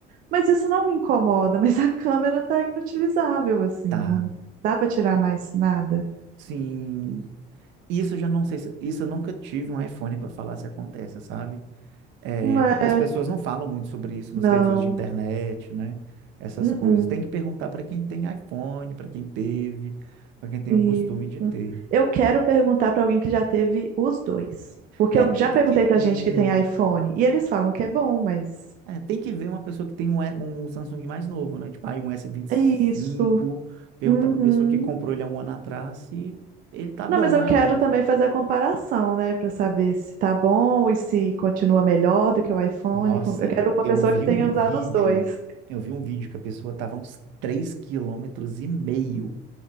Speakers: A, on the right; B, on the right.
A: Mas isso não me incomoda, mas a câmera tá inutilizável, assim,
B: Tá.
A: não dá para tirar mais nada.
B: Sim. Isso eu já não sei se, isso eu nunca tive um iPhone para falar se acontece, sabe? É,
A: Não é,
B: o- as pessoas não falam muito sobre isso
A: não.
B: nos reviews de internet, né? Essas
A: Uh-uh.
B: coisas. Tem que perguntar para quem tem iPhone, para quem teve, para quem tem
A: Isso.
B: o costume de ter.
A: Eu quero perguntar para alguém que já teve os dois. Porque
B: É,
A: eu
B: te-
A: já
B: tem,
A: perguntei
B: que
A: para
B: e
A: gente que tem iPhone e eles falam que é bom, mas
B: É, tem que ver uma pessoa que tem um, E- um Samsung mais novo, né? Tipo, aí um S25,
A: é isso.
B: perguntar
A: Uhum.
B: pra pessoa que comprou ele há um ano atrás se ele tá
A: Não,
B: bom
A: mas eu
B: ainda.
A: quero também fazer a comparação, né, para saber se tá bom e se continua melhor do que o iPhone.
B: Nossa,
A: Eu quero uma
B: eu
A: pessoa
B: vi
A: que tenha
B: um vídeo,
A: usado os dois.
B: eu vi um vídeo que a pessoa tava a uns 3 quilômetros e meio